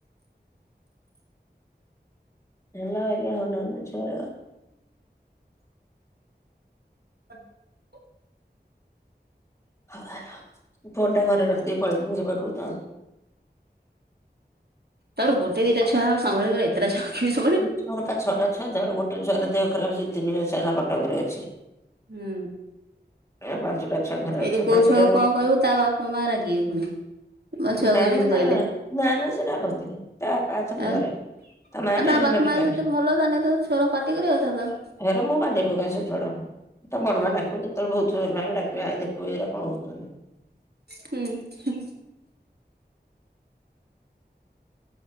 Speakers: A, on the left (about 15°); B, on the right (about 65°).
A: ହେଲା ବାଗେ ହଉନାହାନ୍ତି ଛୁଆ ଗୁଡ଼ାକ।
B: <inaudible>
A: ହଁ ଫୋନ ଟା ଘରେ ରଖିଦେଇ ପଳେଇଥିନି ମୁଁ ସେ ପଟକୁ ତ।
B: ତାପର ଗୋଟେ ଦିଟା ଛୁଆ ହଁ ସମ୍ଭଳିିବ ପରେ ଏତଟା ଛଆ କିିଏ ଆମ୍ଭାଳିବ।
A: ତାର ପା ଛଅଟାଛୁଆ ଜଣ ଗୋଟେ ଛଆ ଦେ ଖପ ଅଛି ତିନି ମାସ ହେଲା କଟକରେ ଅଛି।
B: ହୁଁ।
A: ଆଉ ପାଞ୍ଚଟା ଛୁଆ ଘରେ
B: ଯଦି
A: ଅଛନ୍ତି
B: କୋଉ
A: ପାଞ୍ଚଟାରୁ
B: ଛୁଆକୁ କଣ
A: ଗୋ
B: କହିବୁ ତା ବାପା ମା ରାଗିବେ ପୁଣି। ମୋ ଛୁଆକୁ
A: ନା,
B: ଏମିତି
A: ନା,
B: କହିଲେ
A: ତା ନା, ନା ସେ ରାଗନ୍ତିନି ତା ବାପା ଅଛନ୍ତି
B: ଆଉ
A: ଘରେ। ମା
B: ଆଉ
A: ଟା
B: ତା
A: ଏକା
B: ବାପା
A: ମେଡିକାଲରେ
B: ମାଆ ଯଦି ଭଲ ତାନେ ଛଆରାଙ୍କୁ ପାଟି କରିବା କଥା ତ?
A: ହେରେ ମୁଁ ବାଡେଇ ପକାଏ ସେ ଛୁଆଗୁଡାଙ୍କୁ ତା ବଡମାଆ ଡାକିବ ଯେ ସେତେବେଳେ ବହୁତ ଥର <unintelligible> ଡାକିବେ ଆଇଲ୍ ଦେଖିବୁ ଏଇରା କଣ ହଉଚନ୍ତି।
B: ହୁଁ ହୁଁ ହୁଁ।